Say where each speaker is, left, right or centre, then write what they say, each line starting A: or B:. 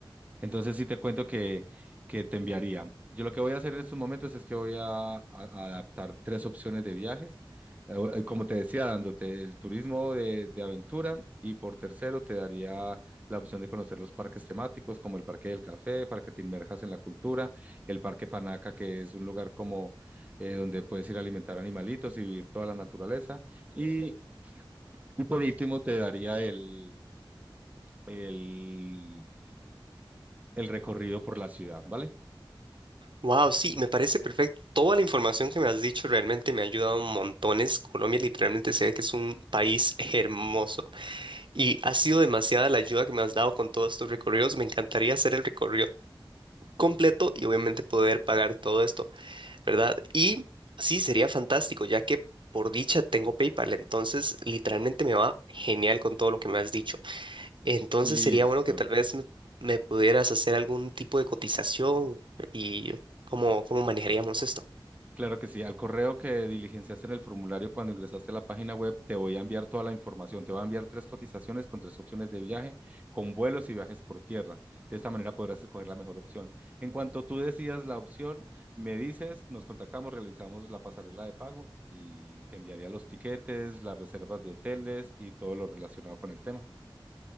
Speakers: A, on the right; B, on the right.
A: Entonces sí te cuento que, que te enviaría. Yo lo que voy a hacer en estos momentos es que voy a, a- a adaptar tres opciones de viajes. Eh, eh, Como te decía, dándote el turismo de, de aventura y por tercero te daría la opción de conocer los parques temáticos como el Parque del Café, para que te inmerjas en la cultura, el Parque Panaca, que es un lugar como eh, donde puedes ir a alimentar animalitos y vivir toda la naturaleza. Y, y por último te daría el, el, el recorrido por la ciudad, ¿vale?
B: Wow, sí, me parece perfecto. Toda la información que me has dicho realmente me ha ayudado montones. Colombia literalmente se ve que es un país hermoso y ha sido demasiada la ayuda que me has dado con todos estos recorridos. Me encantaría hacer el recorrido completo y obviamente poder pagar todo esto, ¿verdad? Y sí, sería fantástico, ya que por dicha tengo PayPal, entonces literalmente me va genial con todo lo que me has dicho. Entonces
A: Listo.
B: sería bueno que tal vez me, me pudieras hacer algún tipo de cotización y cómo, cómo manejaríamos esto.
A: Claro que sí. Al correo que diligenciaste en el formulario cuando ingresaste a la página web, te voy a enviar toda la información. Te voy a enviar tres cotizaciones con tres opciones de viaje, con vuelos y viajes por tierra. De esta manera podrás escoger la mejor opción. En cuanto tú decidas la opción, me dices, nos contactamos, realizamos la pasarela de pago y te enviaría los tiquetes, las reservas de hoteles y todo lo relacionado con el tema.